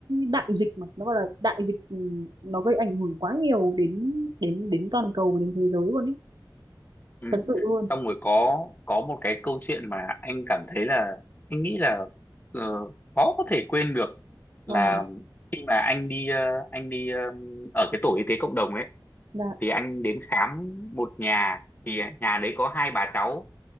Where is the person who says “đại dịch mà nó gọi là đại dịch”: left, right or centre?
Right